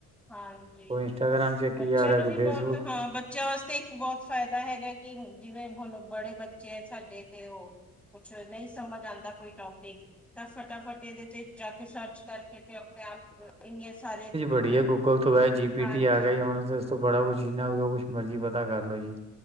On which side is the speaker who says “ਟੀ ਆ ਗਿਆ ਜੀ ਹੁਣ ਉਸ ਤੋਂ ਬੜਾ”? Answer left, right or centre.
Right